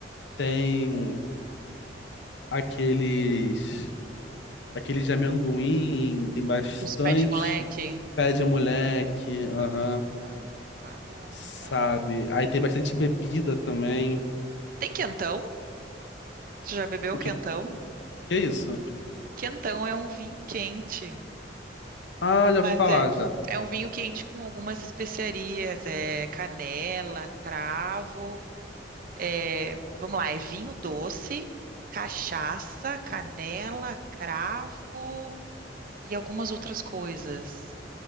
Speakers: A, on the left; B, on the right.
A: tem aqueles aqueles de amendoim, tem bastante
B: Os pés de moleque.
A: pé de moleque, aham,
B: Aham. Tá bom,
A: sabe?
B: tá bom.
A: Aí tem bastante bebida também.
B: Tem quentão? Tu já bebeu
A: O
B: quentão?
A: que, que é isso?
B: Quentão é um vinho quente.
A: Ah, já ouvi
B: Mas
A: falar
B: é,
A: já.
B: é um vinho quente com algumas especiarias. É canela, cravo. É, vamos lá, é vinho doce, cachaça, canela, cravo e algumas outras coisas.